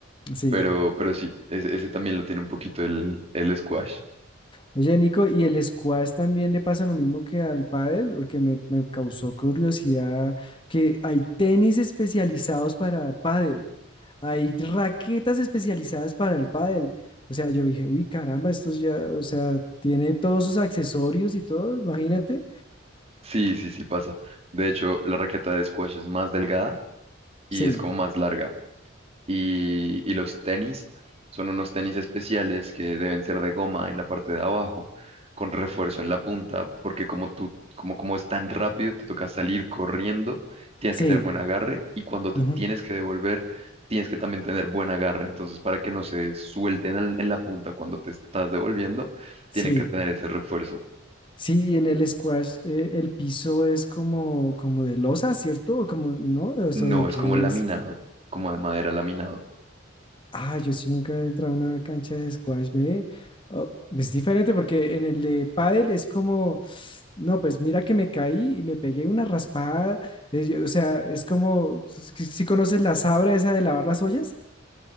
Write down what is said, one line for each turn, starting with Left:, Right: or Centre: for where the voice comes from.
Left: sí.
Right: Pero, pero sí, ese, ese también lo tiene un poquito el, el squash.
Left: Oye, Nico, ¿y el squash también le pasa lo mismo que al pádel? O que me, me causó curiosidad que hay tenis especializados para pádel, hay raquetas especializadas para el pádel. O sea, yo dije, uy, caramba, esto ya, o sea, tiene todos sus accesorios y todo, imagínate.
Right: Sí, sí, sí pasa. De hecho, la raqueta de squash es más delgada y
Left: Sí,
Right: es como más larga. Y, y los tenis son unos tenis especiales que deben ser de goma en la parte de abajo, con refuerzo en la punta, porque como tú, como, como es tan rápido, te toca salir corriendo, tienes
Left: sí,
Right: que tener buen agarre y cuando te
Left: ujú,
Right: tienes que devolver, tienes que también tener buen agarre. Entonces, para que no se suelten al- en la punta cuando te estás devolviendo,
Left: sí,
Right: tienen que tener ese refuerzo.
Left: sí, y en el squash eh, el piso es como, como de losa, ¿cierto? O Como, ¿no? O
Right: No,
Left: sea, ¿de
Right: es
Left: qué
Right: como laminado,
Left: es?
Right: como de madera laminado.
Left: Ah, yo sí nunca he entrado a una cancha de squash, ve. Oh, es diferente porque en el de pádel es como, no, pues mira que me caí y me pegué una raspada. eh, yo- o sea, es como, si conoces la sabra esa de lavar las ollas?